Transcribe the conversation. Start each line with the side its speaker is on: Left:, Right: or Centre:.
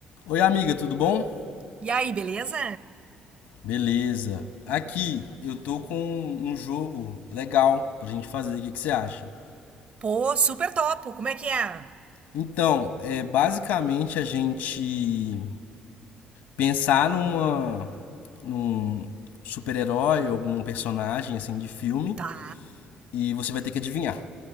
Left: Oi, amiga, tudo bom?
Right: E aí, beleza?
Left: Beleza. Aqui
Right: Bom.
Left: eu tô com um jogo legal pra gente fazer. O que que você acha?
Right: Pô, super topo. Como é que é?
Left: Então, é basicamente a gente pensar numa num super-herói, algum personagem assim de filme
Right: Tá.
Left: e você vai ter que adivinhar.